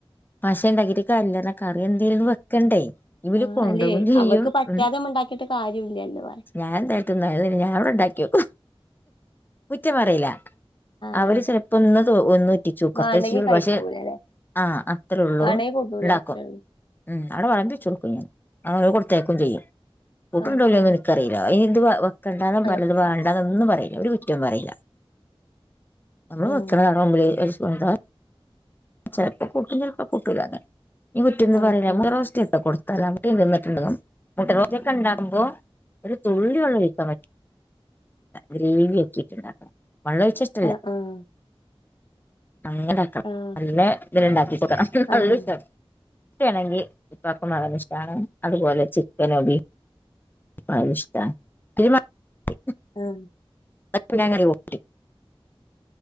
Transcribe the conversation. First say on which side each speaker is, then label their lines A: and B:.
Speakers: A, on the left; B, on the left.
A: പഷേണ്ടാക്കിട്ട് കാര്യല്ല കറി എന്തേലും വെക്കണ്ടേ ഇവല്
B: ആഹ്
A: കൊണ്ടോവും
B: അല്ലെ
A: ചെയ്യും
B: അവർക്ക് പറ്റാതെ
A: ഉം
B: നമ്മ ഉണ്ടാക്കിട്ട് കാര്യമില്ലല്ലോ പറയാ
A: ഞാൻതാ ന്നാലും ശരി ഞൻടെ ണ്ടാക്കിയൊക്കും കുറ്റോം പറയില്ല
B: ആഹ്
A: അവര് ചെ പ്പന്നത് ഒന്നു ട്ടിച്ചൂക്കത്തെ
B: വേണ്ടെങ്കി
A: <unintelligible>
B: കഴിക്കൂലല്ലെ
A: പക്ഷെ ആഹ് അത്രേ ഉള്ളൂ
B: വേണെങ്കി കൂട്ടൂല
A: ണ്ടാക്കും
B: അത്രേ ഉള്ളൂ
A: മ് അവിടെ വളമ്പിച്ചോട്ക്കും അ കൊടുത്തയക്കേയും ചെയ്യും കൂട്ടുന്നുണ്ടോല്ലേന്ന്
B: ഓക്കെ
A: എൻക്കറിയില്ല ഇ ഇത് വെക്കണ്ടാന്നും
B: ആഹ്
A: പറയൂല ഇത് വാണ്ടാന്നൊന്നും പറയില്ല ഒരു കുറ്റം പറയില്ല നമ്മള്
B: ആഹ്
A: വെക്കണതാണോ <unintelligible> ചെലപ്പോ കൂട്ടും ചെലപ്പോ കൂട്ടൂല ഈകുറ്റിന്ന്
B: ഓക്കെ
A: പറയുല ഞണ്ട് റോസ്റ്റൊക്കെ കൊടുത്താല കുട്ടി നിന്നിട്ടുണ്ടും മുട്ട റോസ്റ്റോക്കെ ഉണ്ടാകുമ്പോൾ ഒരു തുള്ളി വെള്ളം <unintelligible> ഗ്രേവി ആക്കിട്ടുണ്ടാക്കണം <unintelligible>
B: ആഹ് ആഹ്
A: അങ്ങനെയാകാം
B: ആഹ്
A: പിന്നെ ഇതിലണ്ടാക്കിക്കൂട <unintelligible>
B: ആഹ്
A: നല്ലണെങ്കിൽ <unintelligible> അതുപോലെ ചിക്കനും ബിഫ് ഇഷ്ട <unintelligible>
B: ഉം
A: അങ്ങനഓക്കി <unintelligible>